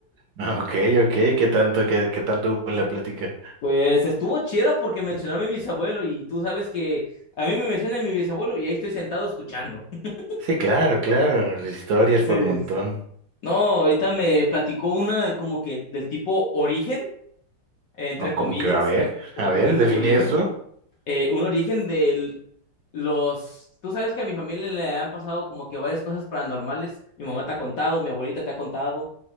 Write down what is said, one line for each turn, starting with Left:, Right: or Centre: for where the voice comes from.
Right: Ah, Ok, ok, ¿qué tanto, qué, qué tanto hubo en la plática?
Left: Pues estuvo chida porque mencionó a mi bisabuelo y tú sabes que a mí me mencionan mi bisabuelo y ahí estoy sentado escuchando. <laughs>
Right: Sí, claro, claro, historias
Left: Sí.
Right: por montón.
Left: no, ahorita me platicó una como que del tipo origen, entre
Right: O
Left: comillas,
Right: como que, a ver,
Left: como
Right: a
Left: que
Right: ver,
Left: un
Right: define
Left: origen.
Right: eso.
Left: eh, un origen de los... Tú sabes que a mi familia le han pasado como que varias cosas paranormales. Mi mamá te ha contado, mi abuelita te ha contado.